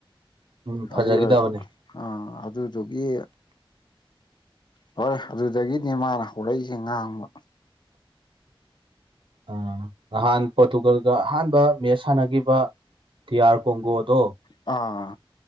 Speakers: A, on the right; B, on the left.
A: ꯎꯝ ꯐꯖꯈꯤꯗꯕꯅꯦ
B: ꯑꯗꯨ ꯑꯥ ꯑꯗꯨ ꯒꯤ ꯍꯔꯣꯏ ꯑꯗꯨꯗꯒꯤꯗꯤ ꯃꯥꯅ ꯍꯧꯔꯛꯏꯁꯦ ꯉꯥꯡꯕ
A: ꯑ ꯅꯍꯥꯟ ꯄꯣꯔꯇꯨꯒꯜꯒ ꯑꯍꯥꯟꯕ ꯃꯦꯁ ꯁꯥꯟꯅꯈꯤꯕ ꯊꯤꯌꯥꯔ ꯀꯒꯣꯗ
B: ꯑꯥ